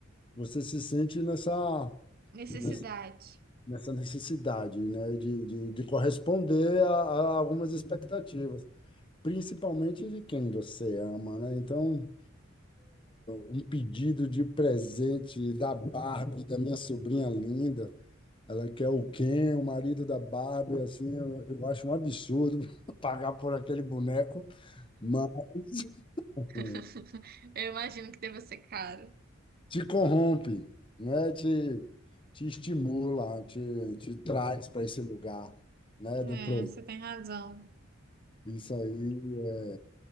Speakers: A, on the left; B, on the right.
A: você se sente nessa,
B: Necessidade.
A: nessa, nessa necessidade, né? De, de, de corresponder a, a algumas expectativas, principalmente de quem você ama, né? Então um pedido de presente da Barbie, da minha sobrinha linda. Ela quer o Ken, o marido da Barbie, assim, eu, eu acho um absurdo <laughs> pagar por aquele boneco, mas assim,
B: <laughs> Eu imagino que deva ser caro.
A: te corrompe, né? Te, te estimula, te, te traz para esse lugar, né?
B: É,
A: Do pro...
B: você tem razão.
A: Isso aí. é-